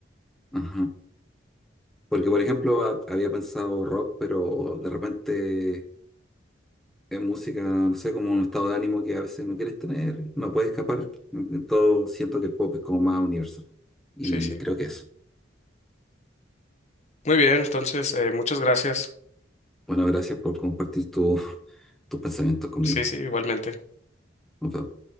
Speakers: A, in the centre; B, on the left (about 35°).
A: Ajá. Porque, por ejemplo, ha- había pensado rock, pero de repente es música, no sé, como un estado de ánimo que a veces no quieres tener, no puedes escapar, entonces siento que el pop es como más universal y
B: Sí, sí.
A: creo que eso.
B: Muy bien, entonces, eh, muchas gracias.
A: Bueno, gracias por compartir tu- tus pensamientos conmigo.
B: Sí, sí, igualmente.
A: Nos vemos.